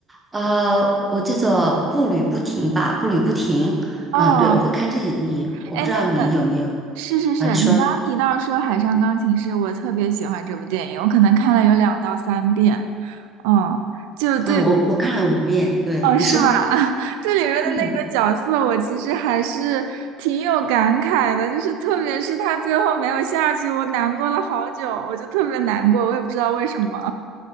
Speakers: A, on the right (about 15°); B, on the right (about 75°).
A: 呃，我叫做《步履不停》吧，《步履不停》。
B: 哦，
A: 嗯，对，我会看这些电影，我不知道你有没有
B: 哎，那个是是是，
A: 啊？你说，
B: 你刚刚提到说《海上钢琴师》，我特别喜欢这部电影，我可能看了有两到三遍。哦，就对，
A: 嗯，我我看了五遍，对，
B: 哦，是吧？
A: 你说，
B: <laughs> 这里面的那个角色，
A: 嗯。
B: 我其实还是挺有感慨的，就是特别是他最后没有下去，我难过了好久，我就特别难过，我也不知道为什么。